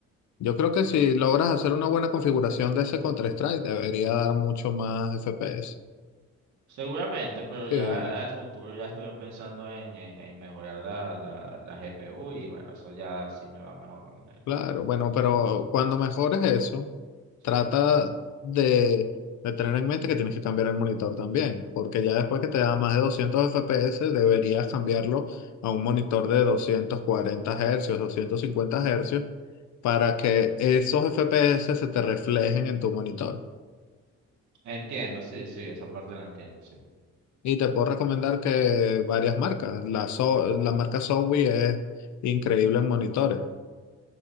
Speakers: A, on the left; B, on the right.
A: Yo creo que si logras hacer una buena configuración de ese Counter-Strike, debería dar mucho más FPS.
B: Seguramente, pero ya
A: Sí.
B: al futuro ya estoy pensando en, en, en mejorar la, la, la GPU y bueno, eso ya sí me va mejor. me-
A: Claro, bueno, pero
B: tal,
A: cuando mejores eso,
B: Sí,
A: trata de, de tener en mente que tienes que cambiar el monitor también, porque ya después que te da más de 200 FPS, deberías cambiarlo a un monitor de 240 Hz, 250 Hz, para que esos FPS se te reflejen en tu monitor.
B: entiendo, sí, sí, esa parte la entiendo, sí.
A: Y te puedo recomendar que varias marcas, la, So- la marca Zowie es increíble en monitores,